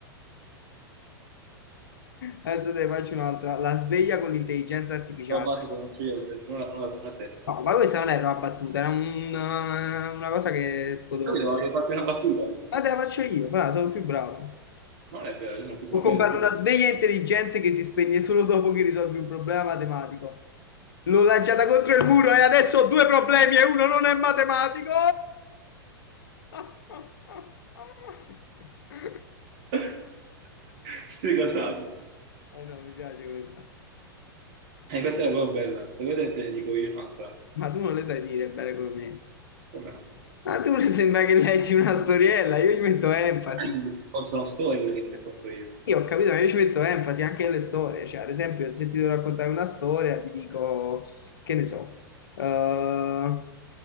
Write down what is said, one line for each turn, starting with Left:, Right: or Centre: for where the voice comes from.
Left: Adesso te ne faccio un'altra. La sveglia con l'intelligenza artificiale.
Right: No, basta, te lo faccio io, ho detto una, una, una testa.
Left: No, ma questa non era una battuta, era un- una, cosa che potevo
Right: Capito?
Left: fare.
Right: Avevo fatto una battuta.
Left: Ma te la faccio io, però sono più bravo.
Right: Ma non è vero, io sono più bravo
Left: Ho comprato
Right: prima del primo.
Left: una sveglia intelligente che si spegne solo dopo che risolvi un problema matematico. L'ho lanciata contro il muro e adesso ho due problemi e uno non è matematico. <laughs>
Right: <laughs> Sei casato.
Left: Eh no, mi piace questa.
Right: E questa era proprio bella. Se vuoi te te ne dico io un'altra.
Left: Ma tu non le sai dire bene come me.
Right: Come no?
Left: Ma tu sembra che leggi una storiella, io ci metto enfasi.
Right: Racconto una storia, quella che ti racconto io.
Left: Io ho capito, ma io ci metto enfasi anche nelle storie. Cioè, ad esempio, se ti devo raccontare una storia, ti dico, che ne so, eh,